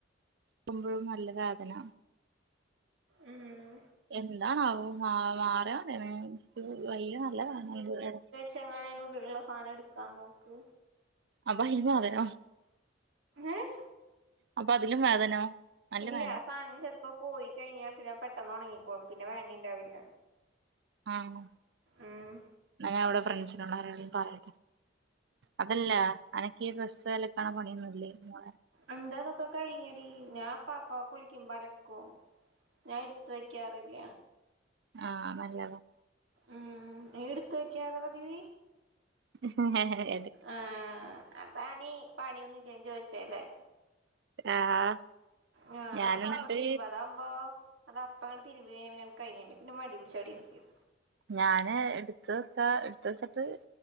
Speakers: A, on the right; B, on the right.
A: ക്കുമ്പോഴും നല്ല വേദന
B: ഉം
A: എന്താണാവോ മാവ മാറിയാ മതയ്നി വയ്യ പു വയ്യാ നല്ല വേദനണ്ട് എടക്ക്‌
B: ചെങ്ങായിന്റുള്ളില്ല്ല സാനംഎടുക്കാ നോക്ക്
A: ആഹ് ബഹിമോതര <unintelligible>
B: ഏഹ്
A: അപ്പൊ അതിലും വേദനോ നല്ല വേ
B: ല്ലെ ആഹ് സാനം ചെലപ്പോ പോയി യി കയിഞ്ഞാ പിന്നെ പെട്ടെന്ന് ഒണങ്ങിക്കോളും പിന്നെ വേദനിണ്ടാവില്ല
A: ആഹ് ന്ന
B: ഉം
A: ഞാനിവിടെ ഫ്രണ്ട്സിനോട് ആരേലും പറയട്ടെ അതല്ല അനക്കി ഡ്രസ് അലക്ക്‌ണ പണിയൊന്നുല്ലേ മോളെ
B: അന്റെതൊക്കെ കയിഞ്ഞടി ഞാൻ അപ്പപ്പ കുളിക്കുമ്പ അലക്കു ഞാൻ എടുത്ത് വെക്കാറില്ല
A: ആഹ് നല്ലതാ
B: ഉം ഏടുത്തു വെക്കാറാ പതിവ്
A: <inaudible>
B: ആഹ് പണി പണിയൊന്നുല്ലേ ചോയിച്ചേല്
A: ആഹ്
B: ഞാനപ്പ
A: ഞാന് എന്നിട്ട്
B: അപ്പ തിരുമ്പ് അതാവുമ്പോ അത് അപ്പ ആണ് തിരുമ്പേനി പിന്നെ ആണ് കഴിഞ്ഞേനി പിന്ന മടി പിടിച്ചവിടെ ഇരിക്കും.
A: ഞാന് എടുത്ത് വെക്ക എടുത്ത് വെച്ചിട്ട്